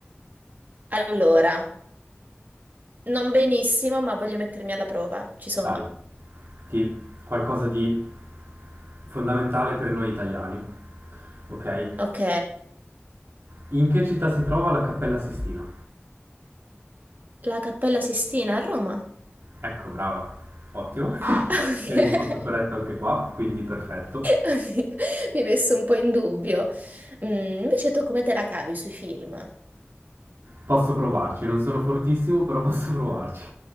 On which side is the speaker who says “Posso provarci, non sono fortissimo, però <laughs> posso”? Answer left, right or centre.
Right